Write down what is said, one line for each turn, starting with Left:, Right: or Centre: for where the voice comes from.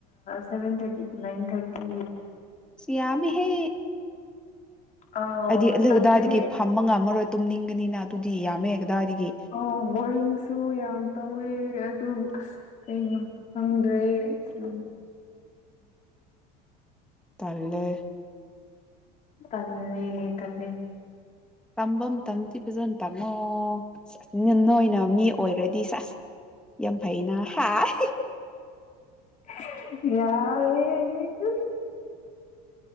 Left: ꯁꯚꯦꯟ ꯊꯔꯇꯤ ꯇ ꯅꯟ ꯊꯔꯇꯤ
Centre: ꯁꯤꯌꯥꯃꯤ ꯍꯦ
Left: ꯑꯥꯎ
Centre: ꯍꯥꯏꯗꯤ ꯑ ꯑꯗꯥꯏꯗꯒꯤ
Left: ꯇꯜꯂꯦ
Centre: ꯐꯥꯝꯝꯕ ꯉꯝꯃꯔꯣꯏ ꯇꯨꯝꯅꯤꯡꯒꯅꯤꯅ ꯑꯗꯨꯗꯤ ꯌꯥꯝꯃꯦ ꯀꯗꯥꯏꯗꯒꯤ
Left: ꯑꯣ ꯕꯣꯔꯤꯡꯁꯨ ꯌꯥꯝ ꯇꯧꯋꯦ ꯑꯗꯨ ꯑꯁ ꯀꯩꯅꯣ ꯈꯪꯗ꯭ꯔꯦ ꯑꯩꯁꯨ
Centre: ꯇꯂꯦ
Left: ꯅꯝ ꯇꯜꯂꯤ
Centre: ꯇꯝꯐꯝ ꯇꯝꯗꯤ ꯐꯖꯅ ꯇꯥꯉꯣꯁ ꯑꯣꯏꯅ ꯃꯤ ꯑꯣꯏꯔꯗꯤ ꯁꯁ ꯌꯥꯝ ꯐꯩꯅ ꯍꯥꯏ
Left: ꯌꯥꯔꯦ